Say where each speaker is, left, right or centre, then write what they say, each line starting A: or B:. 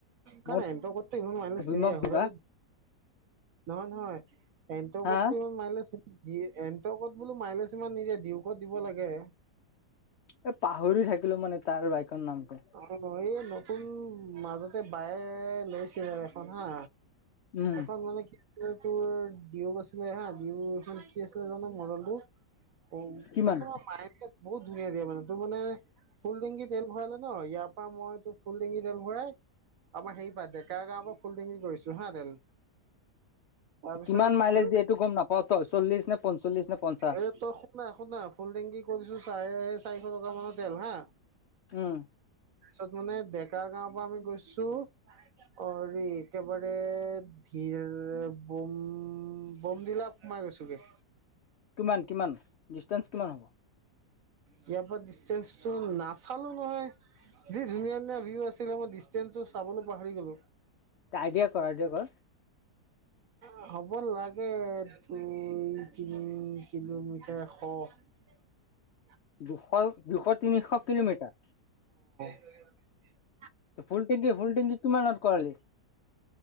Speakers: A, on the right; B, on the left.
A: কণ
B: মোৰ
A: এনটকটটো ইমান মাইলে
B: অভিমক
A: চিয়ে হ'লে
B: দিবা
A: নহয় নহয় এনটকটটো
B: হা
A: ইমান মাইলেচ এনটকত বোলো মাইলেজ ইমান নিদিয়ে ডিউকত দিব লাগে।
B: এ পাহৰি থাকিলো মানে তাৰ বাইকৰ নামটো
A: অ এই নতুন মাজতে বায়ে লৈছিলে এখন হা
B: উম
A: এখন মানে কি তোৰ দিউ আছিলে হা দিউ এইখন কি আছিলে জানো মডেলটো অ
B: কিমান
A: তাৰপিছত মাইলেচ বহুত ধুনীয়া দিয়ে মানে তোৰ মানে ফুল টৈংকী তেল ভৰালে ন ইয়াৰ পৰা মইটো ফুল টে়ংকী তেল ভৰাই আমাৰ হেৰি পা ডেকা গাওঁৰ পৰা ফুল টেংকী কৰিছো হা তেল তাৰপিছত
B: কিমান মাইলেজ দিয়ে এইটো গম নাপাও তই চল্লিশ নে পঞ্চল্লিশ নে পঞ্চাশ
A: এই তই শুনা শুনা ফোন টেংকী কৰিছো চাৰে চাৰিশ টকা মানৰ তেল হা
B: উম
A: তাৰপিছত মানে ডেকা গাঁওৰ পৰা আমি গৈছো অৰি একেবাৰে ধীৰ বম বম ডীলাপ সোমাই গৈছোগে
B: কিমান কিমান ডিষ্টেঞ্চ কিমান হ'ব
A: ইয়াৰ পৰা ডিচেঞ্চটো নাচালো নহয় যি ধুনীয়া ধুনীয়া ভিও আছিলে মই ডিষ্টেঞ্চটো চাবলৈ পাহৰি গলোঁ
B: আইডিয়া কৰ আইডিয়া কৰ
A: অ <inaudible> হ'ব লাগে দুই তিনি কিলোমিটাৰ শ অ <unintelligible> <inaudible>
B: দুশ দুশ তিনিশ কিলোমিটাৰ
A: <inaudible>
B: ফুল টেংকি ফুলটেংকি কিমানত কৰালি